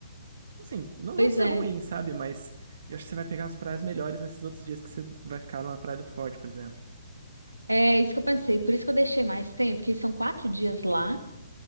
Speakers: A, on the right; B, on the right.
A: Assim, não
B: Pois
A: vão ser
B: é,
A: ruins, sabe? Mas eu acho que você vai pegar umas praias melhores nesses outros dias que você vai ficar lá na Praia do Forte, por exemplo.
B: é isso que eu pensei. Por isso que eu deixei mais tempo, porque são quatro dias lá.